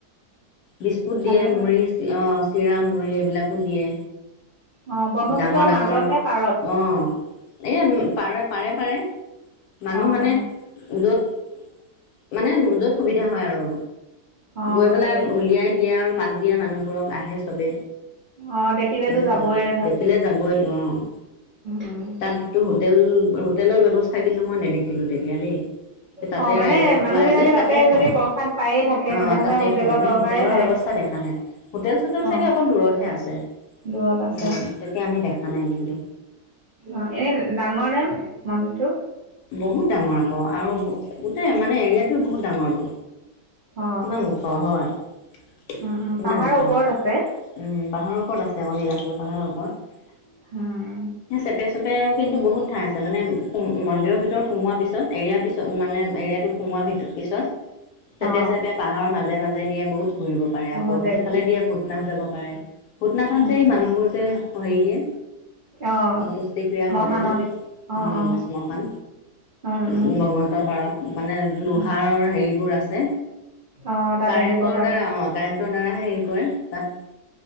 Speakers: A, on the left (about 70°); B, on the right (about 90°).
A: বিস্কুট
B: ভালে
A: দিয়ে
B: গৈ
A: মুৰি অ' চিৰা মু়ৰি সেইবিলাকো দিয়ে।
B: অ', ব্ৰহ্মপুত্ৰৰ
A: ডাঙৰ ডাঙৰ
B: মাজত নে পাৰত
A: অ'। এ পাৰে, পাৰে -পাৰে মানুহ
B: অ',
A: মানে
B: অ',
A: য'ত মানে যত সুবিধা হয় আৰু।
B: অ',
A: গৈ পেলাই
B: তাতে
A: উলিয়াই দিয়ে আৰু মাত দিয়া মানুহবোৰক আহে চবে।
B: অ' দেখিলেতো
A: তেনেকুৱা
B: যাবইে।
A: আৰু দেখিলে যাবইটো অ'
B: উম
A: তাততো হোট <unintelligible> হোটেলৰ ব্যৱস্থা কিন্তু মই নেদেখিলো তেতিয়া দেই। তাতে
B: অ মানে
A: ৰাইজক
B: মানুহ
A: খুৱাই
B: বিলাকে
A: যে তাতে খায়
B: যদি প্ৰসাদ পায়ে থাকে
A: অ'
B: তেনেহলে
A: তাতে
B: হোটেলৰ
A: খায় এনে
B: দৰকাৰে
A: হোটেলৰ
B: নাই
A: ব্যৱস্থা দেখা নাই হোটেল চোটেল
B: অ
A: চাগে অকণ দূৰতহে আছে।
B: দূৰত আছে
A: উম তেতিয়া আমি দেখা নাই কিন্তু
B: অ' এনে ডাঙৰ নেম মনটো
A: বহুত ডাঙৰ আকৌ আৰু গোটেই মানে এৰিয়াটোৱে বহুত ডাঙৰটো।
B: অ
A: কিমান ওখ হয় কিমান
B: উম উম পাহাৰৰ
A: ওখ
B: ওপৰত
A: উম।
B: আছে
A: পাহাৰৰ ওপৰত আছে আকৌ নীলাচল পাহাৰৰ ওপৰত।
B: হম।
A: চেপে চেপেও কিন্তু বহুত ঠাই আছে মানেম মন্দিৰৰ ভিতৰত সোমোৱাৰ পিছত এৰিয়াৰ পিছত মানে এৰিয়াটোত সোমোৱাৰ পিছত চেপে
B: অ
A: চেপে পাহাৰৰ মাজে মাজে দিয়ে বহুত ঘূৰিব পাৰে
B: বহুত
A: আকৌ
B: জেগা
A: সেইফালে দিয়ে ভূটনাথ যাব পাৰে ভূটনাথত
B: উম
A: যে এই
B: উম
A: মানুহবোৰ যে <unintelligible> দিয়ে।
B: অ
A: সন্তুষ্টিক্ৰিয়া
B: মখানলে
A: কৰে যে
B: অ
A: উম
B: অ
A: শ্মশান
B: উম
A: ব্ৰহ্মপুত্ৰ
B: উম
A: পাৰত মানে লোহাৰৰ
B: উম
A: হেৰিবোৰ আছে
B: অ তাতে
A: কাৰেণ্টৰ
B: দিব পাৰে
A: দ্বাৰা অ কাৰেণ্টৰ দ্বাৰাহে হেৰি কৰে তাত